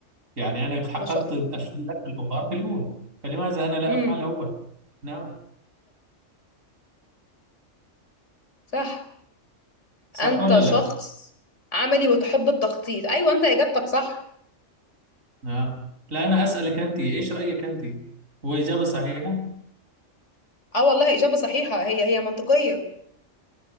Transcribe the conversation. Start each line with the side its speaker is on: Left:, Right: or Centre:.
Right: يعني أنا حققت
Left: ما شاء
Right: أسباب
Left: الله
Right: البخار بالأولى فلماذا أنا لا
Left: امم
Right: أفعل هو نعم
Left: صح
Right: صح
Left: انت
Right: ولا
Left: شخص
Right: لا
Left: عملي وتحب التخطيط ايوه انت اجابتك صح
Right: نعم لا أنا أسألك أنت إيش رأيك أنت هو إجابة صحيحة
Left: اه والله اجابه صحيحه هي هي منطقيه